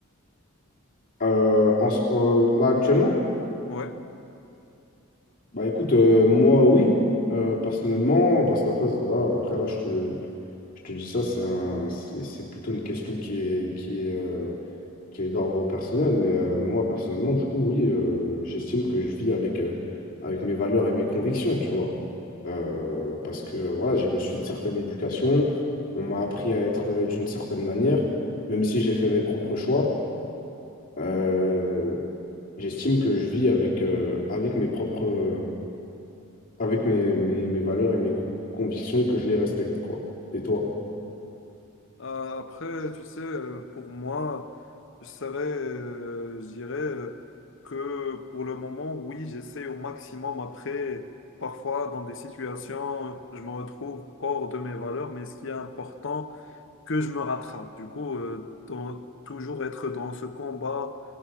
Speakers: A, on the left (about 40°); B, on the left (about 60°).
A: Euh, en ce- euh, là, actuellement,
B: Oui.
A: bah écoute, euh, moi, oui, euh, personnellement, parce qu'après, c'est- voilà, après, là, je te, je te dis ça, c'est un, c'est c'est plutôt une question qui est, qui est, euh, qui est d'ordre personnel, mais euh, moi personnellement, du coup, oui, euh, j'estime que je vis avec, euh, avec mes valeurs et mes convictions, tu vois. Euh, parce que euh, voilà, j'ai reçu une certaine éducation, on m'a appris à être euh, d'une certaine manière, même si j'ai fait mes propres choix, euh, j'estime que je vis avec, euh, avec mes propres, euh, avec mes, mes, mes valeurs et mes co- convictions, que je les respecte, quoi. Et toi?
B: Euh, après, tu sais, euh, pour moi, je serais, euh, je dirais euh, que pour le moment, oui, j'essaie au maximum. Après, parfois, dans des situations, je me retrouve hors de mes valeurs, mais ce qui est important, que je me rattrape. Du coup, euh, dans- toujours être dans ce combat,